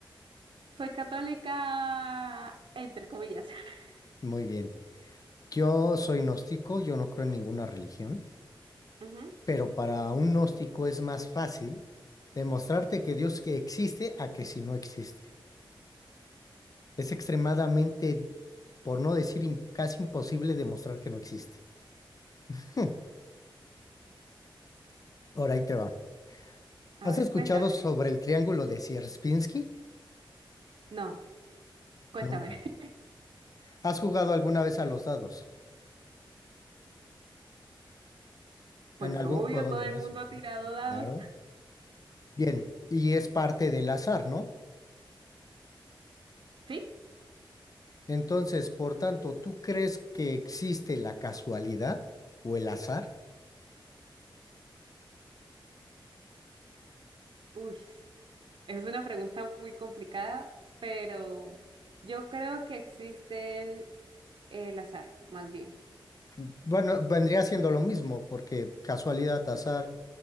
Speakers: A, on the right; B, on the left.
A: soy católica, entre comillas. <laughs>
B: Muy bien. Yo soy gnóstico, yo no creo en ninguna religión,
A: Ujú.
B: pero para un gnóstico es más fácil demostrarte que Dios que existe a que si no existe. Es extremadamente, por no decir im- casi imposible demostrar que no existe. <laughs> Ahora ahí te va.
A: A
B: ¿Has
A: ver,
B: escuchado
A: cuéntame.
B: sobre el triángulo de Sierpinski?
A: No, cuéntame.
B: Nunca.
A: <laughs>
B: ¿Has jugado alguna vez a los dados
A: Pues
B: en algún
A: obvio,
B: juego
A: todo
B: de
A: el
B: mesa?
A: mundo
B: ¿no?
A: ha tirado
B: Sí,
A: dados.
B: Claro. Bien, y es parte del azar, ¿no?
A: ¿Sí?
B: Entonces, por tanto, ¿tú crees que existe la casualidad o el azar?
A: Uy, es una pregunta muy complicada, pero yo creo que existen el azar, más bien.
B: Bueno, vendría siendo lo mismo, porque casualidad, azar,